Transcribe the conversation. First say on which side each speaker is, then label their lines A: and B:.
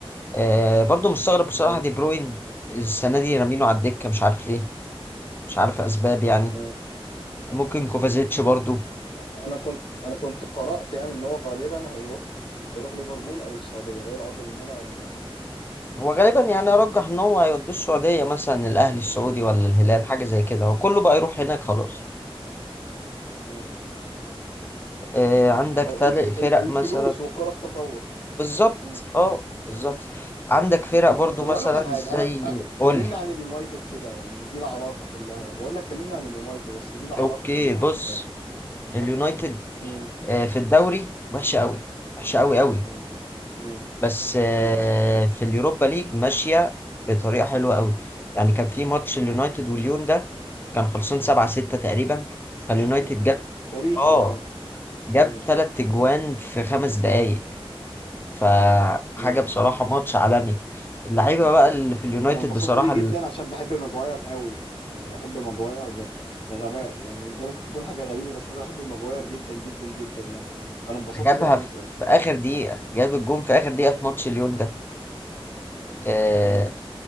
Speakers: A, on the left; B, on the left.
A: آه، برضو مستغرب بصراحة
B: ايوه
A: دي بروين السنة دي رامينه على الدكة مش عارف
B: مم.
A: ليه مش عارف أسباب يعني
B: مم.
A: ممكن كوفازيتش برضو
B: هو انا كنت انا كنت قرأت يعني ان هو غالبا هيروح هيروح ليفربول او السعودية جاي العرض من هنا او من هنا
A: هو غالبا يعني أرجح إن هو هيودوه السعودية مثلا الأهلي السعودي ولا الهلال حاجة زي كده هو كله بقى يروح هناك خلاص
B: مم.
A: آه، عندك
B: ما هو
A: تلات
B: ال- ال-
A: فرق
B: الفلوس
A: مثلا
B: والكرة في تطور
A: بالظبط
B: مم.
A: اه بالظبط عندك فرق برضو
B: طيب
A: مثلا
B: هقول لك على حاجة
A: زي
B: انا أ-
A: قول
B: كلمني
A: لي.
B: عن اليونايتد كده يعني دي العراقة كلها بقول لك كلمني عن اليونايتد اصل دي العراقة
A: اوكي
B: كلها
A: بص
B: وبتاع
A: اليونايتد
B: فك... فك... مم.
A: آه، في الدوري وحشه قوي وحشه قوي قوي
B: مم. مم.
A: بس آه،
B: مم.
A: في اليوروبا ليج ماشيه بطريقه حلوه قوي يعني كان في ماتش اليونايتد والليون ده كان خلصان 7 6 تقريبا
B: تاريخي
A: فاليونايتد جاب
B: تاريخي
A: اه
B: ايوه
A: جاب
B: مم.
A: ثلاث اجوان في خمس دقائق فحاجه
B: مم.
A: بصراحه ماتش عالمي اللعيبه بقى اللي في اليونايتد
B: انا انبسطت
A: بصراحه
B: بيه جدا عشان بحب ماجواير قوي انا بحب ماجواير ب- بغباء يعني ده ممكن تكون حاجه غريبه بس انا بحب ماجواير جدا جدا جدا يعني انا انبسطت
A: جابها
B: بيه عشان
A: في
B: كده
A: في اخر دقيقه جاب الجون في اخر دقيقه في ماتش ليون
B: مم.
A: ده آه
B: مم.